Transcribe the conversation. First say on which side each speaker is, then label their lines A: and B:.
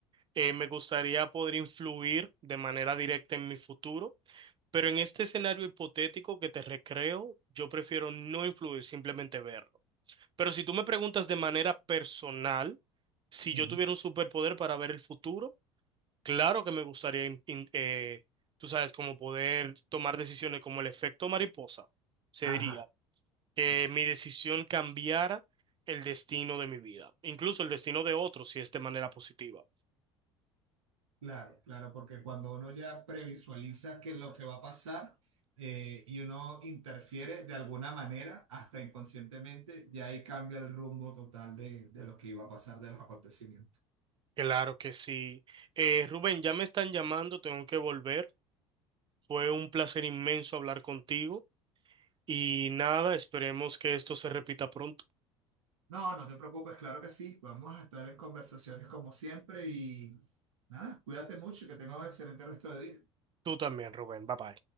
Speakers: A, on the right; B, on the right.
A: Eh, me gustaría poder influir de manera directa en mi futuro, pero en este escenario hipotético que te recreo, yo prefiero no influir, simplemente verlo. Pero si tú me preguntas de manera personal, si
B: Ujú.
A: yo tuviera un superpoder para ver el futuro, claro que me gustaría, in- in- eh, tú sabes, como poder tomar decisiones como el efecto mariposa, se
B: Ajá,
A: diría,
B: sí,
A: que mi decisión cambiara el destino de mi vida, incluso el destino de otros, si es de manera positiva.
B: claro, claro, porque cuando uno ya previsualiza qué es lo que va a pasar eh, y uno interfiere de alguna manera, hasta inconscientemente, ya ahí cambia el rumbo total de, de lo que iba a pasar, de los acontecimientos.
A: Claro que sí. Eh, Rubén, ya me están llamando, tengo que volver. Fue un placer inmenso hablar contigo y nada, esperemos que esto se repita pronto.
B: No, no te preocupes, claro que sí, vamos a estar en conversaciones como siempre y nada, cuídate mucho y que tengas un excelente resto de día.
A: Tú también, Rubén. Bye bye.